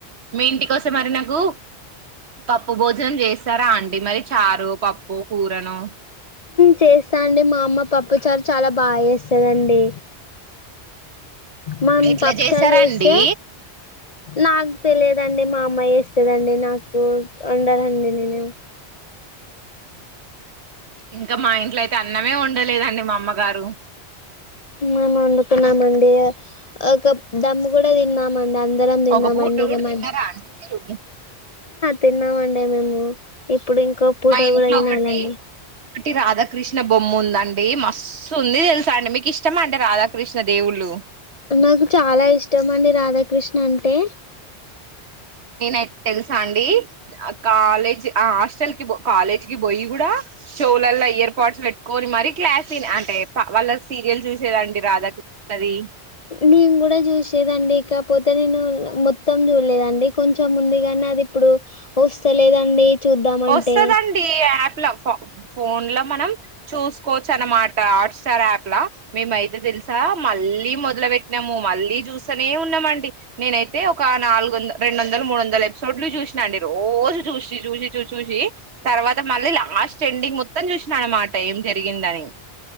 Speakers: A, on the right (about 75°); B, on the left (about 45°).
A: మీ ఇంటి కోసే మరి నాకు పప్పు భోజనం చేస్తారా అండి మరి చారు పప్పు కూరను
B: చేస్తా అండి మా అమ్మ పప్పు చారు చాలా బాగా చేస్తందండి మా అమ్మ
A: ఇట్లా
B: పప్పు
A: చేసారండి
B: చారు చేస్తే నాకు తెలియదండి మా అమ్మాయి ఇస్తేదండి నాకు ఉండదండి నేను
A: నో సౌండ్ ఇంకా మా ఇంట్లో అయితే అన్నమే వండలేదండి మా అమ్మగారు
B: మేం వండుకున్నామండీ ఒక దమ్ము కూడా తిన్నామండి ఆన్ అందరం తిన్నామండి
A: ఒక పూట
B: ఇక
A: కూడా
B: మధ్
A: తిన్నారా అండి మీరు
B: తిన్నామండి మేము ఇప్పుడు ఇంకో పూట
A: మా ఇంట్లో
B: కూడా తినాలండి
A: ఒకటి ఒకటి రాధాకృష్ణ బొమ్మ ఉంది ఉందండి మస్తుంది తెలుసండి మీకు ఇష్టమంటే రాధాకృష్ణ దేవుళ్ళు
B: నాకు చాలా ఇష్టం అండి రాధాకృష్ణ అంటే
A: నేనైతే తెలుసా అండి ఆ కాలేజీ ఆ హాస్టల్ కి కాలేజ్ కి పోయి కూడా చెవిలో ఇయర్పాడ్స్ పెట్టుకొని మరి క్లాస్ అంటే వాళ్ళ సీరియల్ చూసేదండి రాధాకృష్ణ అది
B: నేను కూడా చూసేదండి కాకపోతే నేను మొత్తం చూడలేదండి కొంచెం ముందుగానే నాది ఇప్పుడు వస్తలేదండి చూద్దామంటే
A: వస్తదండి యాప్ ఫోన్ల ఫోన్లో మనం చూసుకోవచ్చన్నమాట హాట్స్టార్ యాప్ లా మేమైతే తెలుసా మళ్ళీ మొదలు పెట్టినాము మళ్ళీ చూస్తూనే ఉన్నామండి నేనైతే ఒక నాలుగు వంద రెండు వందలు మూడువందలు ఎపిసోడ్లు చూసినాండి రోజు చూసి చూసి చూసి చూసి తర్వాత మళ్ళీ లాస్ట్ ఎండింగ్ మొత్తం చూసిన అన్నమాట ఏం జరిగిందని